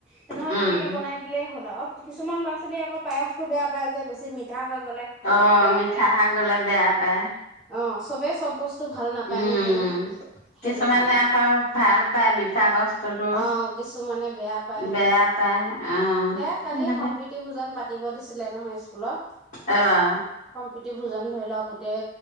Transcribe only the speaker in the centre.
তেনেহ'লে
তেনেকে বনাই দিলেই হ'ল আৱ কিছুমান ল'ৰা ছোৱালীয়ে আক পায়স টো বেয়া পায় যে বেছি মিঠা গ'লে
বেয়া
পায়
অ চবে চব বস্তু ভাল নাপায়
নহয় সেইটো
কাৰণে
অ কিছুমানে বেয়া পায়
সেয়া কালি
সম্প্ৰীতি ভোজন পাতি দিব দিছিলে নহয় স্কুলত
প্ৰিতি ভোজন ধৰি লওক গোটেই